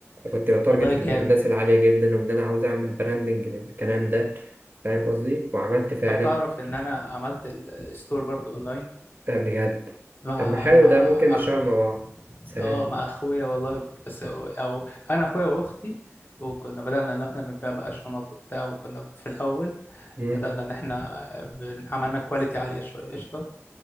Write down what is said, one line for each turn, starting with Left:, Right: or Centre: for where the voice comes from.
Right: كنت بتارجت
Left: والله
Right: ال-
Left: جامد
Right: الناس العالية جدا وان انا عاوز اعمل براندنج للكلام ده فاهم قصدي وعملت فعلا
Left: طب تعرف ان انا عملت الستور برضو اونلاين
Right: آه بجد
Left: مع
Right: طب ما حلو
Left: مع
Right: ده ممكن نشتغل
Left: اخويا
Right: مع بعض سلام
Left: اه مع اخويا والله بس هو- او انا اخويا واختي وكنا بدأنا ان احنا بنبيع بقى شنط وبتاع وكنا في الاول
Right: مم.
Left: بدأنا ان احنا بن- عملنا كواليتي عالية شوية قشطة